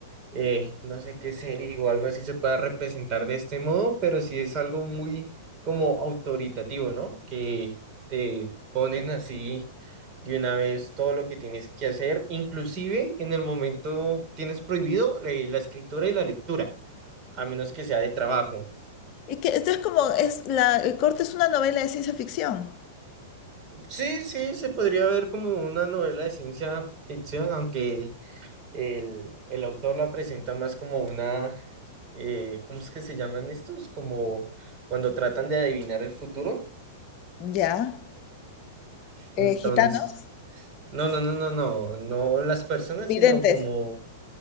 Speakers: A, on the right; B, on the left.
A: eh, no sé qué serie o algo así se pueda representar de este modo, pero sí es algo muy como autoritativo, ¿no? Que te ponen así de una vez todo lo que tienes que hacer, inclusive en el momento tienes prohibido eh, la escritura y la lectura, a menos que sea de trabajo.
B: Es que esto es como, es la, el corte es una novela de ciencia ficción.
A: Sí, sí, se podría ver como una novela de ciencia ficción, aunque El, el autor la presenta más como una, eh, ¿cómo es que se llaman estos? Como cuando tratan de adivinar el futuro.
B: Ya. Eh,
A: Entonces,
B: gitanos,
A: no, no, no, no, no, no las personas,
B: videntes.
A: sino como,